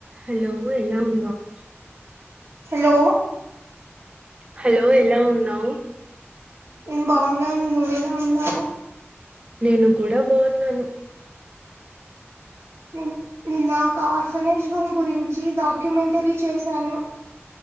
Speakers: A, on the right; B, on the right.
A: Hello ఎలా ఉన్నావ్
B: hello
A: hello ఎలా ఉన్నావ్
B: నెన్ బాన్నాను నువ్వెలా ఉన్నావ్
A: నేను కూడా బాన్నాను
B: నిన్ నిన్న ఒక ఆర్ఫనేజ్ హోమ్ గురించి డాక్యుమెంటరీ చేశాను